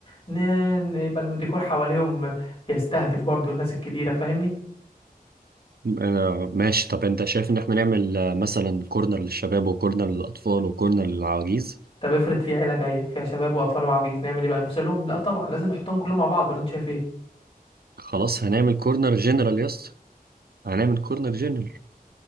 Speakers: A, on the left (about 35°); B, on the right (about 80°).
A: ن- يبقى الديكور حواليهم بيستهدف برضو الناس الكبيره فاهمني
B: آه ماشي طب انت شايف ان احنا نعمل آه، مثلا كورنر للشباب وكورنر للأطفال وكورنر للعواجيز
A: طب افرض في عيله جايه فيها شباب واطفال وعجيز نعمل ايه بقى نفصلهم لا طبعا لازم نحطهم كلهم مع بعض ولا انت شايف ايه
B: خلاص هنعمل كورنر جنرال يا اسطى هنعمل كورنر جنرال